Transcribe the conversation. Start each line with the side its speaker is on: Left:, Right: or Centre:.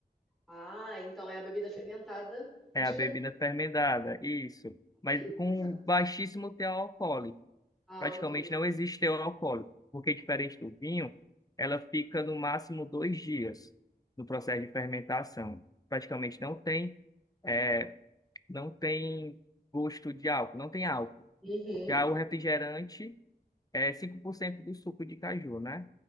Centre: Ah, então é a bebida fermentada de
Left: É a bebida
Centre: caju.
Left: fermentada, isso. Mas
Centre: Que interessante.
Left: com baixíssimo teor alcoólico.
Centre: Ah,
Left: praticamente
Centre: ok.
Left: não existe teor alcoólico, porque diferente do vinho, ela fica no máximo dois dias no processo de fermentação. Praticamente não tem, é, não tem gosto de álcool, não tem álcool.
Centre: Uhum.
Left: Já o refrigerante é 5% do suco de caju, né?